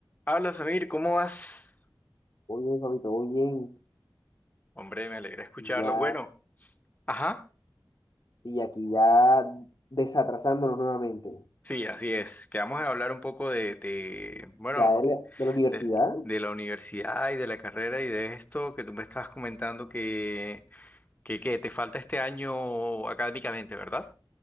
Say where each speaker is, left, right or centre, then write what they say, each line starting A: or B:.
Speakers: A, on the left; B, on the left.
A: Habla Samir, ¿cómo vas?
B: Muy bien, Fabito, muy bien.
A: Hombre, me alegra escucharlo.
B: Y Ya,
A: Bueno, ajá,
B: sí, y aquí ya desatrasándonos nuevamente.
A: sí, así es. Que vamos a hablar un poco de, de, bueno,
B: Ya de la, de la universidad,
A: de, de la universidad y de la carrera y de esto que tú me estabas comentando que, que, que te falta este año académicamente, ¿verdad?